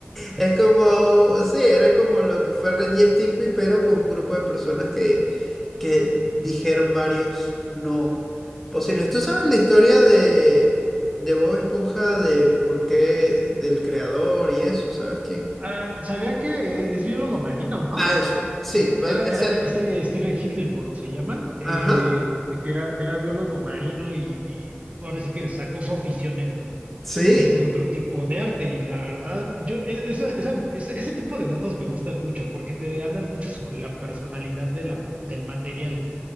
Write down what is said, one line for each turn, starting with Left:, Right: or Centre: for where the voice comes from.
Centre: es como, sí, era como lo que fue Ren y Stimpy, pero con un grupo de personas que, que dijeron varios no posibles. ¿Tú sabes la historia de, de Bob Esponja, de por qué, del creador y eso? ¿Sabes quién?
Right: Ah, sabía que es biólogo marino, ¿no?
Centre: Ah, eso, sí,
Right: Eh,
Centre: va-
Right: Era,
Centre: ese,
Right: era este Stephen Hildenburg, se llama, eh,
Centre: ajá,
Right: que era, era biólogo marino y, y ahora sí que sacó su afición en,
Centre: sí,
Right: en ese otro tipo de arte. Y la verdad, yo, e- esa- esa- ese, ese tipo de datos me gustan mucho porque te hablan mucho sobre la personalidad de la- del material.